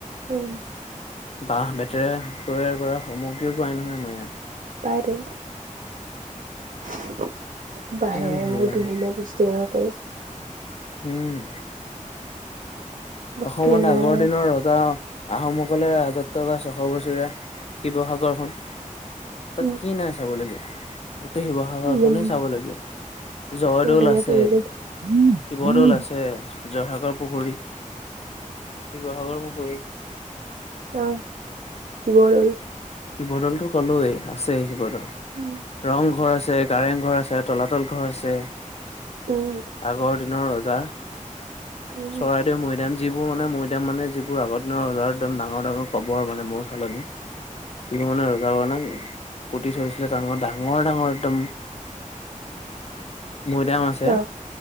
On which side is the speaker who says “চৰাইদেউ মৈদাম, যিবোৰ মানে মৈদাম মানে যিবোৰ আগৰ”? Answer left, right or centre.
Left